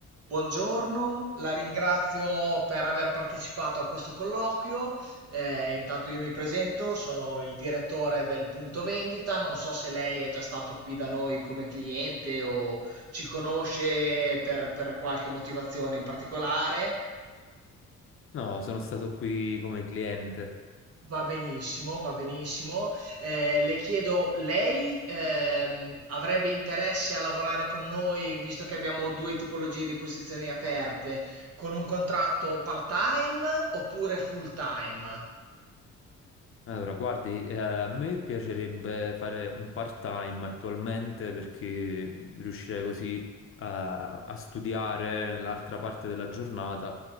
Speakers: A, on the right; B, on the left.
A: Buongiorno, la ringrazio per aver partecipato a questo colloquio. Eh, intanto io mi presento, sono il direttore del punto vendita. Non so se lei è già stato qui da noi come cliente o ci conosce per, per qualche motivazione in particolare.
B: No, sono stato qui come cliente.
A: Va benissimo, va benissimo. Eh, le chiedo, lei ehm, avrebbe interesse a lavorare con noi, visto che abbiamo due tipologie di posizioni aperte, con un contratto part-time oppure full-time?
B: Allora, guardi, eh, a me piacerebbe fare un part-time attualmente perché riuscirei così a, a studiare l'altra parte della giornata,